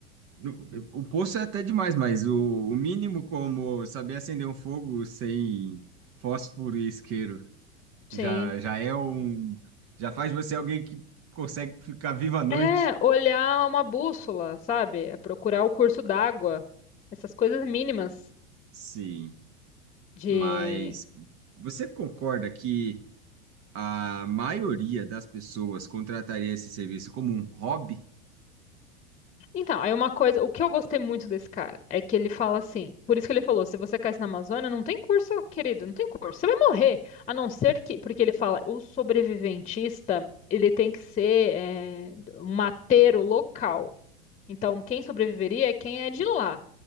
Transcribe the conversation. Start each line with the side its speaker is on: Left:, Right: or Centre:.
Right: no- O poço é até demais, mas o, o mínimo como saber acender um fogo sem fósforo e isqueiro
Left: Sim.
Right: já, já é um. Já faz de você alguém que consegue ficar vivo à noite.
Left: É, olhar uma bússola, sabe? É procurar o curso d'água. Essas coisas mínimas
Right: Sim,
Left: de
Right: mas você concorda que a maioria das pessoas contrataria esse serviço como um hobby?
Left: Então, aí uma coisa, o que eu gostei muito desse cara é que ele fala assim, por isso que ele falou, se você caísse na Amazônia, não tem curso, querido, não tem curso, você vai morrer, a não ser que, porque ele fala, o sobreviventista, ele tem que ser é, um mateiro local, então quem sobreviveria é quem é de lá,